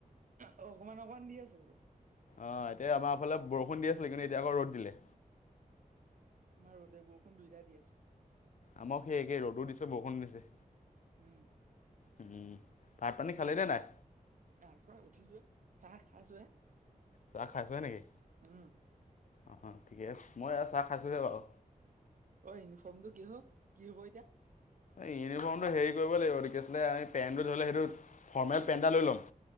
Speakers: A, on the right (about 65°); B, on the left (about 60°).
A: অঁ অকণমান অকণমান দি আছে বোলো।
B: অ' এতিয়া আমাৰফালে বৰষুণ দি আছিলে কিন্তু এতিয়া আকৌ ৰ'দ দিলে।
A: মানে ৰ'দে বৰষুণ দুইটাই দি আছে।
B: আমাৰো সেই একে ৰ'দো দিছে বৰষুনো দিছে।
A: উম
B: উম, ভাত পানী খালি নে নাই?
A: নাই খোৱা, উঠিছো হে, চাহ খাইছো হে।
B: চাহ খাইছ হে নেকি,
A: উম
B: অ'-অ ঠিকে আছে, মই এয়া চাহ খাইছোঁহে বাৰু।
A: অ' ইউনিফৰ্মটো কি হল, কি হব এতিয়া?
B: এই ইউনিফৰ্মটো হেৰি কৰিব লাগিব এইটো কি আছিলে আমি পেণ্টটো ধৰি ল সেইটো ফৰ্মেল পেণ্ট এটা লৈ ল'ম।